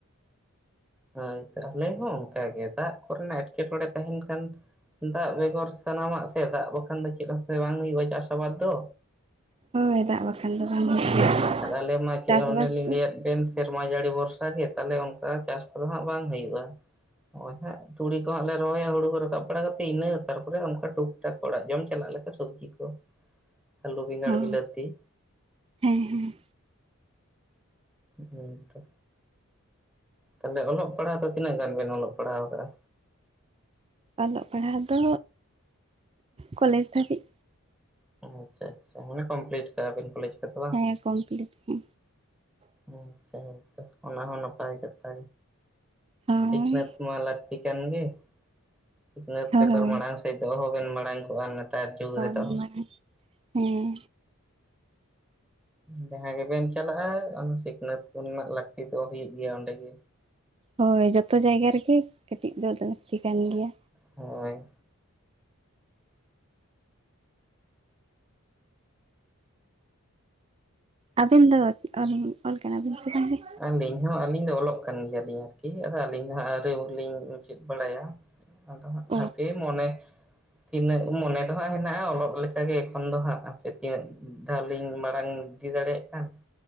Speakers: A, in the centre; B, on the right.
A: ᱦᱳᱭ ᱛᱚ ᱟᱞᱮ ᱦᱚᱸ ᱚᱱᱠᱟᱜᱮ ᱫᱟᱜ ᱠᱚᱨᱮᱱᱟᱜ ᱮᱸᱴᱠᱮᱴᱚᱬᱮ ᱛᱟᱦᱮᱱ ᱠᱷᱟᱱ ᱫᱟᱜ ᱵᱮᱜᱚᱨ ᱥᱟᱱᱟᱢᱟᱜ ᱥᱮ ᱫᱟᱜ ᱵᱟᱠᱷᱟᱱ ᱫᱚ ᱪᱮᱫ ᱵᱟᱝ ᱦᱩᱭᱩᱜᱼᱟ ᱪᱟᱥ ᱟᱵᱟᱫ ᱫᱚ
B: ᱠᱚ ᱦᱳᱭ ᱫᱟᱜ ᱵᱟᱠᱷᱟᱱ ᱫᱚ ᱵᱟᱝ ᱦᱩᱭᱩᱜ ᱜᱮᱭᱟ
A: ᱟᱨ ᱟᱞᱮ ᱢᱟ ᱪᱮᱫ
B: ᱪᱟᱥᱵᱟᱥ
A: ᱚᱱᱮᱞᱤᱧ
B: ᱫᱚ
A: ᱞᱟᱹᱭᱟ ᱦᱟᱯᱮᱱ ᱥᱮᱨᱢᱟ ᱡᱟᱹᱲᱤ ᱵᱷᱚᱨᱥᱟ ᱜᱮ ᱛᱟᱦᱚᱞᱮ ᱚᱱᱠᱟ ᱪᱟᱥ ᱠᱚᱫᱚ ᱦᱟᱸᱜ ᱵᱟᱝ ᱦᱩᱭᱩᱜᱼᱟ ᱦᱳᱭ ᱦᱟᱸᱜ ᱛᱩᱲᱤ ᱠᱚ ᱦᱟᱸᱜ ᱞᱮ ᱨᱚᱦᱚᱭᱟ ᱦᱩᱲᱩ ᱠᱚ ᱨᱟᱠᱟᱵ ᱵᱟᱲᱟ ᱠᱟᱛᱮᱫ ᱤᱱᱟᱹ ᱛᱟᱨᱯᱚᱨᱮ ᱚᱱᱠᱟ ᱴᱩᱠᱴᱟᱠ ᱠᱚ ᱚᱲᱟᱜ ᱡᱚᱢ ᱪᱟᱞᱟᱜ ᱞᱮᱠᱟ ᱥᱚᱵᱽᱡᱤ ᱠᱚ ᱟᱹᱞᱩ ᱵᱮᱸᱜᱟᱲ
B: ᱦᱚᱸ
A: ᱵᱤᱞᱟᱹᱛᱤ
B: ᱦᱮᱸ ᱦᱮᱸ
A: ᱦᱮᱸ ᱛᱚ ᱛᱟᱦᱚᱞᱮ ᱚᱞᱚᱜ ᱯᱟᱲᱦᱟᱜ ᱫᱚ ᱛᱤᱱᱟᱹᱜ ᱜᱟᱱ ᱵᱮᱱ ᱚᱞᱚᱜ ᱯᱟᱲᱦᱟᱣ ᱠᱟᱜᱼᱟ
B: ᱚᱞᱚᱜ ᱯᱟᱲᱦᱟᱣ ᱫᱚ ᱠᱚᱞᱮᱡᱽ ᱫᱷᱟᱹᱵᱤᱡ
A: ᱟᱪᱪᱷᱟ ᱟᱪᱪᱷᱟ ᱢᱟᱱᱮ ᱠᱚᱢᱯᱞᱤᱴ ᱚᱠᱟ ᱵᱤᱱ ᱠᱚᱞᱮᱡ ᱠᱟᱫᱟ
B: ᱦᱮᱸ ᱠᱚᱢᱯᱞᱤᱴ ᱜᱮ
A: ᱟᱪᱪᱷᱟ ᱦᱳᱭᱛᱚ ᱚᱱᱟ ᱦᱚᱸ ᱱᱟᱯᱟᱭ ᱠᱟᱛᱷᱟ
B: ᱦᱳᱭ
A: ᱥᱤᱠᱷᱱᱟᱹᱛ ᱢᱟ ᱞᱟᱹᱠᱛᱤ ᱠᱟᱱ ᱜᱮ ᱥᱤᱠᱷᱱᱟᱹᱛ
B: ᱦᱳᱭ
A: ᱵᱮᱜᱚᱨ ᱢᱟᱲᱟᱝ ᱥᱮ ᱠᱷᱟᱡ ᱫᱚ ᱚᱦᱚᱵᱮᱱ ᱢᱟᱲᱟᱝ ᱠᱚᱜᱼᱟ ᱡᱩᱜᱽ
B: ᱵᱟᱵᱮᱱ
A: ᱨᱮᱫᱚ
B: ᱢᱟᱲᱟᱝ ᱦᱮᱸ
A: ᱡᱟᱦᱟᱸ ᱜᱮᱵᱮᱱ ᱪᱟᱞᱟᱜᱼᱟ ᱚᱱᱟ ᱥᱤᱠᱷᱱᱟᱹᱛ ᱠᱚ ᱨᱮᱱᱟᱜ ᱞᱟᱹᱠᱛᱤ ᱫᱚ ᱦᱩᱭᱩᱜ ᱜᱮᱭᱟ ᱚᱸᱰᱮᱜᱤ
B: ᱦᱳᱭ ᱡᱚᱛᱚ ᱡᱟᱭᱜᱟ ᱨᱮᱜᱮ ᱠᱟᱹᱴᱤᱡ ᱫᱚ ᱞᱟᱹᱠᱛᱤ ᱠᱟᱱ ᱜᱮᱭᱟ
A: ᱦᱳᱭ
B: ᱟᱵᱤᱱ ᱫᱚ ᱚᱞ ᱚᱞ ᱠᱟᱱᱟᱵᱤᱱ ᱥᱮ ᱵᱟᱝ ᱜᱮ
A: ᱟᱹᱞᱤᱧ ᱦᱚᱸ ᱟᱹᱞᱤᱧ ᱫᱚ ᱚᱞᱚᱜ ᱠᱟᱱ ᱜᱮᱭᱟᱞᱤᱧ ᱟᱨᱠᱤ ᱟᱫᱚ ᱟᱹᱞᱤᱧ ᱫᱚ ᱦᱟᱸᱜ ᱟᱹᱣᱨᱤ ᱞᱤᱧ ᱡᱩᱫᱟ. ᱫ ᱵᱟᱲᱟᱭᱟ ᱟᱫᱚ ᱦᱟᱜ
B: ᱚ
A: ᱦᱟᱯᱮ ᱢᱚᱱᱮ ᱛᱤᱱᱟᱹᱜ ᱢᱚᱱᱮ ᱫᱚ ᱦᱟᱸᱜ ᱦᱮᱱᱟᱜᱼᱟ ᱚᱞᱚᱜ ᱞᱮᱠᱟᱜ ᱜᱮ ᱮᱠᱷᱚᱱ ᱫᱚ ᱦᱟᱸᱜ ᱦᱟᱯᱮ ᱛᱤᱱᱟᱹᱜ ᱫᱷᱟᱣ ᱞᱤᱧ ᱢᱟᱲᱟᱝ ᱤᱫᱤ ᱫᱟᱲᱮᱭᱟᱜ ᱠᱟᱱ